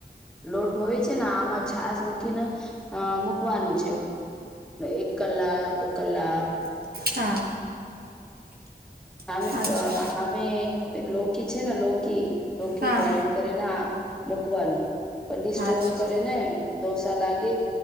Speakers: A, in the centre; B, on the right.
A: લોટ હોય છે ને આમાં છાસ મૂકીને. અ મૂકવાનું છે એક કલાક દો કલાક
B: હા.
A: અમે
B: અચ્છા
A: અમે લોકી છે ને લોકી લોકી
B: હા
A: ગ્રાાઈન્ડ. કરીને આ મકવાનું પલી સ્ટોર
B: અચ્છા
A: કરીને દોશ લગે